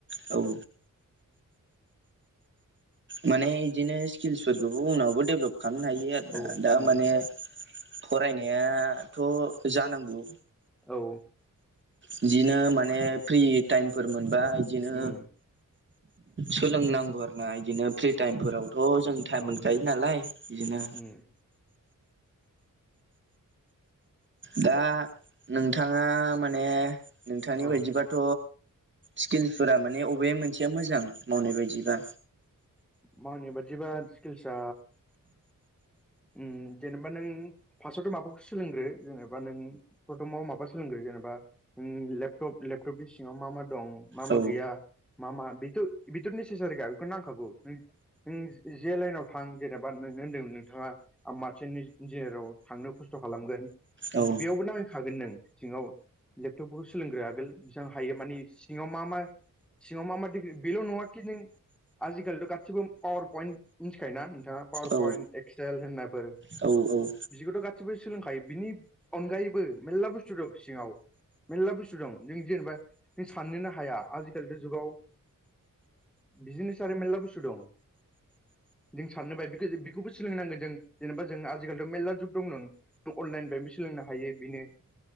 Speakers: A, on the right (about 35°); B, in the centre.
A: औ माने इदिनो स्किल्सफोरखौबो उनावबो डेभलप खालामनो हायो आरोना
B: औ
A: दा
B: उम
A: माने फरायनायाथ' जानांगौ
B: औ
A: बिदिनो माने फ्रि टाइमफोर मोनबा इदिनो
B: उम
A: सोलोंनांगौ आरो ना इदिनो फ्रि टाइमफोरावथ'
B: उम
A: जों टाइम
B: औ
A: मोनखायो नालाय बिदिनो
B: उम
A: दा नोंथाङा माने नोंथांनि
B: अ
A: बायदिबाथ' स्किल्सफोरा माने अबे मोनसेया मोजां मावनाय बायदिबा
B: मानाय बादिबा स्किल्सा उम जेनेबा नों फासावथ' माबाखौ सोलोंग्रो जेनेबा नों प्रथमाव माबा सोलोंग्रो जेनेबा उम लेपटप लेपटपनि सिङाव मा मा दं मा मा
A: औ
B: गैया मा मा बेथ' बेथ' नेसेसारि खा बेखौ नांखागौ नों नों जे लाइनाव थां जेनेबा नोंनो होनदोंमोन नोंथाङा आ मानसिननि इन्जिनियाराव थांनो खस्थ' खालामगोन
A: औ
B: बेयावबो नाङैखागोन नों सिङाव लेपटपफोरखौ सोलोंग्रो आगोल बिसां हायो माने सिङाव मा मा सिङाव मा मा <unintelligible> बेल' नङाखि नों आजिखालिथ' गासिबो पावार पइन्ट मिथिखायोना नोंथाङा पावार
A: औ
B: पइन्ट टेक्सटाइल होननाफोर
A: औ औ
B: बिदिखौथ' गासिबो सोलोंखायो बिनि अनगायैबो मेर्ला बुस्थु दं सिङाव मेल्ला बुस्थु दं नों जेनेबा नों साननोनो हाया आजिखालिथ' जुगाव बिजिनेस आरो मेल्ला बुस्थु दं जों साननोबा बेखो बेखौबो सोलोंनांगोन जों जेनेबा जों आजिखालिथ' मेरला जुग दं नों थ' अनलाइन फायबो सोलोंनो हायो बिनो